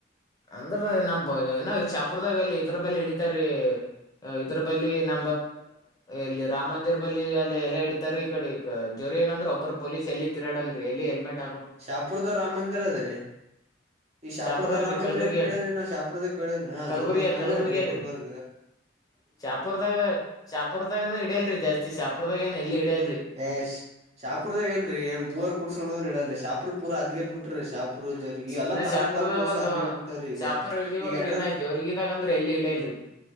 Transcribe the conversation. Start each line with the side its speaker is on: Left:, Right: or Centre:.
Left: ಅಂದ್ರ ನಮ ಇನ್ನ ಶಾಪುರ್ದಾಗ ಎಲ್ಲಿ ಇದ್ರ ಬೆಲ್ಲ ಹಡಿತಾರಿ. ಇದ್ರ ಬಲ್ಲಿ ನ ಎಲ್ಲಿ ರಾಮ ಮಂದಿರ್ ಬಳಿ ಎಲ್ಲ ಎಲ್ಲ ಇಡ್ತಾರೆ ಈ ಕಡೆ. ಜೋರಿಯ ಅಂದ್ರೆ ಒಬ್ಬ ಪೊಲೀಸ್ ಎಲ್ಲಿ ತಿರಡಲ್ರಿ ಎಲ್ಲಿ ಹೆಲ್ಮೆಟ್ ಹಾ.
Right: ಶಾಪುರದ ರಾಮ್ ಮಂದಿರ್ ಅದ್ರೀ. ಶಾಪುದ
Left: ಚಾಪುರ್ ಅಲ್ರಿ
Right: ರಾಮಂದಿ
Left: ಕಲಬುರ್ಗಿಯಾಗ
Right: ಎಲ್ಲಿ ಕೇಳಿದಿರಿ ನಾ ಶಾಪುರದ ಕೇಳೇರಿ
Left: ಕಲಬುರ್ಗಿಯಾಗ
Right: ಗುಲ್ಬರ್ಗ್ ಹಂಗೆ
Left: ಕಲಬುರ್ಗಿಯಾಗ್ರಿ
Right: ಹೇಳ್ರಿ ಗುಲ್ಬರ್ಗ.
Left: ಶಾಪುರ್ದಾಗ ಶಾಪುರ್ದಾಗನು ಇಡಿಯಲ್ರಿ ಜಾಸ್ತಿ ಶಾಪುರ್ದಾಗ ಏನ್ ಎಲ್ಲಿ ಇಡಲ್ರರಿ.
Right: ಎ ಶಾಪುರ್ದಾಗ ಎಲ್ಲರಿ ಏನ್ ಮೂವರ ಕುಡ್ಸ್ಕೊಂಡ ಹೋದ್ರು ಹಿಡಿಯಲ್ರಿ ಶಾಪೂರ ಪೂರಾ ಹದಗೆಟ್ಟ ಬಿಟ್ಟರಿ ಶಾಪ್ ಪುರದವ್ರಿಗಿ ಎಲ್ಲಾ.
Left: ಇನ್ನ
Right: ತಾಲೂಕ್
Left: ಶಾಪುರ್ದಾಗ
Right: ಪಾಲೂಕ್ ಒಸು
Left: ಒಂದು
Right: ಹದ್ಗೆಟ್ಟ ಬಿಟ್ಟವ್ರಿ ಈಗ
Left: ಶಾಪುರ್ ಹಿಡಿಬೇಕ್ರಿ
Right: ಈಗ ಎಡ್ರ
Left: ಇನ್ನ ಜೋರ್ಗಿದಾಗ ಅಂದ್ರ ಎಲ್ಲಿ ಹಿಡಿಯಲ್ರಿ